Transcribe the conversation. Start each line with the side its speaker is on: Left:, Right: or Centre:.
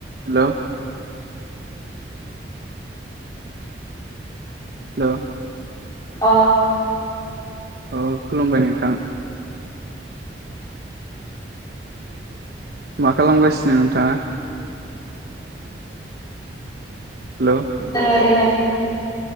Right: हेल' hello
Left: अ
Right: अ खुलुमबाय नोंथां मा खालामगासिनो नोंथाङा? हेल'
Left: जों ओरैनो